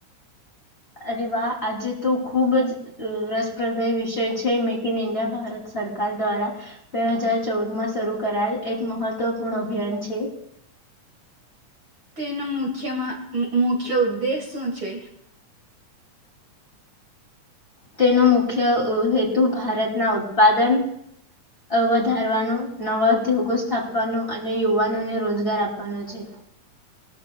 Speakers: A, on the left; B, on the right.
A: અરે વાહ આજે તો ખુબ જ રસપ્રદાય વિષય છે મેક ઇન ઇન્ડિયા ભારત સરકાર દ્વારા બે હજાર ચૌદ માં શરૂ કરાયેલ એક મહત્વપૂર્ણ અભિયાન છે
B: તેનો મુખ્ય મુખ્ય ઉદ્દેશ શું છે
A: તેનો મુખ્ય હેતુ ભારતના ઉત્પાદન વધારવાનો નવા ઉદ્યોગો સ્થાપવાનો અને યુવાનોને રોજગાર આપવાનો છે